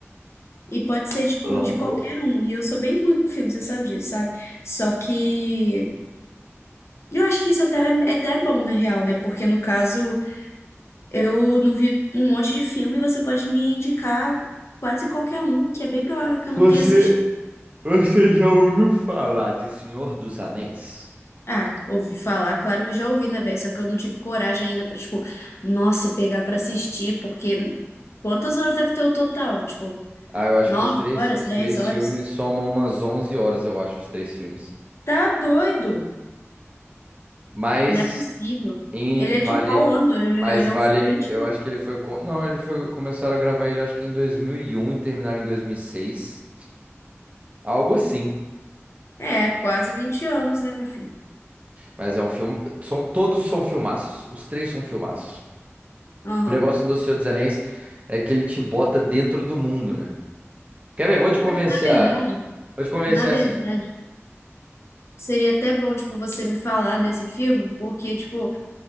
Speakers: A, on the left; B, on the right.
A: E pode ser, tipo,
B: Longo.
A: de qualquer um. E eu sou bem ruim com filme, você sabe disso, sabe? Só que eu acho que isso até é é até bom, na real, né? Porque, no caso, eu não vi um monte de filme e você pode me indicar quase qualquer um, que é bem provável que eu não
B: Você,
A: tenha assistido.
B: você já ouviu falar de Senhor dos Anéis?
A: Ah, ouvi falar, claro que já ouvi, né, velho? Só que eu não tive coragem ainda pra, tipo, nossa, pegar pra assistir, porque quantas horas deve ter o total? Tipo,
B: Ah, eu acho
A: nove
B: que os três,
A: horas,
B: os
A: dez
B: três
A: horas?
B: filmes somam umas 11 horas, eu acho, os três filmes.
A: Tá doido!
B: Mas
A: Não é possível.
B: em
A: Ele
B: vale,
A: é de qual ano? Ele,
B: mas
A: ele
B: vale,
A: é um filme antigo.
B: eu acho que ele foi, co- não, ele foi, começaram a gravar ele acho que em dois mil e um e terminaram em 2006. Algo assim.
A: É, quase 20 anos, né, meu filho?
B: Mas é um filme, são todos são filmaços, os três são filmaços.
A: Aham.
B: O negócio do Senhor dos Anéis é que ele te bota dentro do mundo, né? Quer ver? Vou te convencer
A: Na verdade,
B: a... Vou te convencer
A: na verdade,
B: a assistir.
A: seria até bom, tipo, você me falar desse filme, porque, tipo,